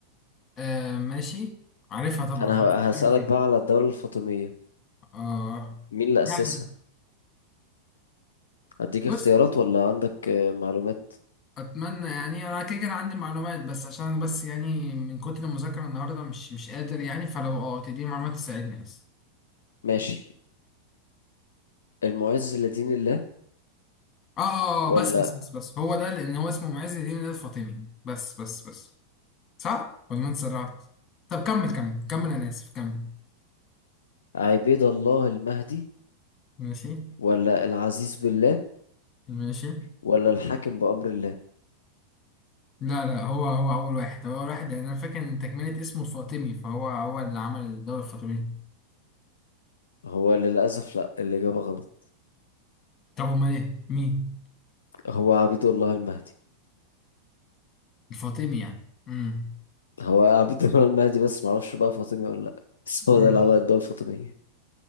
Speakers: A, on the left (about 25°); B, on the left (about 65°).
A: آه ماشي عارفها طبعا
B: انا
A: عارف
B: ه-
A: الكلام
B: هسألك
A: فين
B: بقى على الدولة الفاطمية
A: اه
B: مين اللي
A: يعني
B: أسسها اديك
A: بص
B: اختيارات ولا عندك آه، معلومات
A: اتمنى يعني انا كده كان عندي معلومات بس عشان بس يعني من كتر المذاكره النهارده مش مش قادر يعني فلو اه تديني معلومات تساعدني بس
B: ماشي المعز لدين الله
A: اه اه آه،
B: ولا
A: آه، بس بس بس بس هو ده لان هو اسمه معز الدين ده الفاطمي بس بس بس صح ولا انا اتسرعت طب كمل كمل كمل انا اسف كمل
B: عبيد الله المهدي
A: ماشي
B: ولا العزيز بالله
A: ماشي
B: ولا الحاكم بأمر الله
A: لا لا هو هو اول واحد هو اول واحد يعني انا فاكر ان تكمله اسمه الفاطمي فهو هو اللي عمل الدوله الفاطميه
B: هو للأسف لا الإجابة غلط
A: طب امال ايه مين
B: هو عبيد الله المهدي
A: الفاطمي يعني امم
B: هو عبيد الله المهدي بس معرفش بقى فاطمي ولا لأ بس
A: ماشي
B: هو ده اللي عمل الدولة الفاطمية